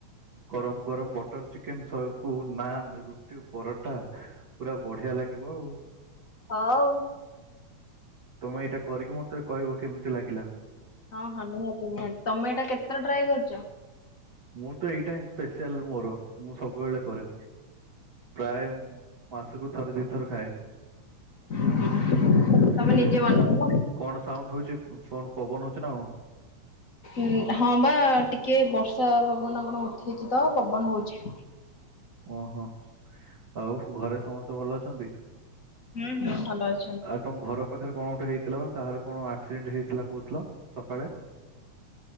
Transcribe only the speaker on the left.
ହଉ।
ହଁ ହଁ ନିହାତି ନିହାତି ତମେ ଏଇଟା କେତେଥର ଟ୍ରାଏ କରିଛ।
ହୁଁ, ତମେ ନିଜେ ବନାଅ ନା
ଉ ହଁ ବା ଟିକେ ବର୍ଷା ପବନ କଣ ଉଠେଇଛି? ତ ପବନ ହଉଛି।
ହୁଁ ହୁଁ ଭଲ ଅଛି।